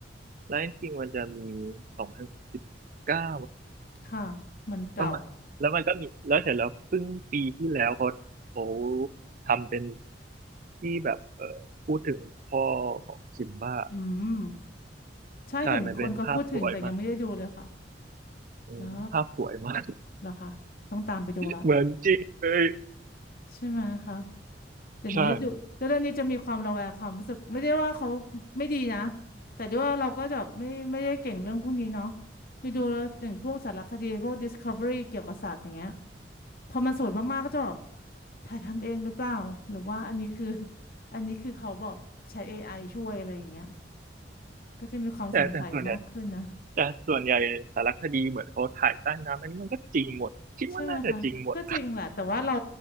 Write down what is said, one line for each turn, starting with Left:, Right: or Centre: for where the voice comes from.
Right: ไล o n คิงมันจะมีสองพันสิบเก้า
Left: ค่ะมันเก่า
Right: ประมาณแล้วมันก็มีแล้วเสร็จแล้วเพิ่งปีที่แล้วเขาเขาทำเป็นที่แบบเออพูดถึงพ่อของซิมบ้า
Left: อืม ใช่เห็นคนเขาพูดถึงแต่ยังไม่ได้ดูเลยค่ะ
Right: ใช่มันเป็นภาพสวยมากอืมภาพสวยมาก
Left: เหรอเหรอคะต้องตามไปดูละ
Right: <laughs> เหมือนจริงเลย
Left: ใช่ไหมคะแต่นี้ดูแต่เรื่องนี้จะมีความระแวงความรู้สึกไม่ได้ว่าเขา
Right: ใช่
Left: ไม่ดีนะแต่ด้วยว่าเราก็จะไม่ไม่ได้เก่งเรื่องพวกนี้เนาะดูดูแล้วอย่างพวกสารคดีพวก Discovery เกี่ยวกับสัตว์อย่างเงี้ยพอมันสวยมากๆก็จะแบบถ่ายทำเองหรือเปล่าหรือว่าอันนี้คือ <laughs> อันนี้คือเขาแบบใช้ AI ช่วยอะไรอย่างเงี้ยก็จะมีความสงสัยมากขึ้นนะ
Right: แต่แต่ส่วนใหญ่แต่ส่วนใหญ่สารคดีเหมือนเขาถ่ายใต้น้ำอันนี้มันก็จริงหมด คิดว่าน่าจะจริงหมด
Left: ใช่ไหมคะ ก็จริงแหละ แต่ว่าเรา